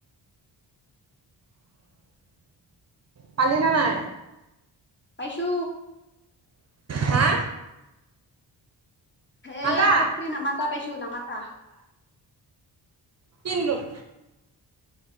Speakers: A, on the right; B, on the left.
A: পালি নে নাই?
B: পাইছোঁ।
A: হা? নাযা
B: এ পুখুৰী নামাতা পাইছো নামাতা।
A: তিন লোক